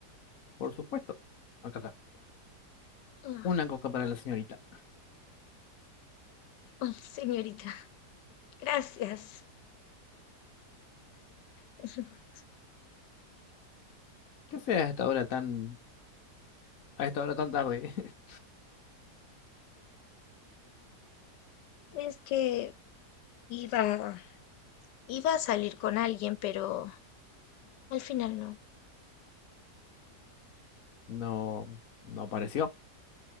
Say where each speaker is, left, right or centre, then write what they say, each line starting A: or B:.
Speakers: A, on the left; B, on the left.
A: Por supuesto. Acá está.
B: Ah,
A: Una coca para la señorita.
B: oh, señorita, gracias. <laughs>
A: ¿Qué sea a esta hora tan, a esta hora tan tarde? <laughs>
B: Es que iba Iba a salir con alguien, pero al final no.
A: No, no apareció.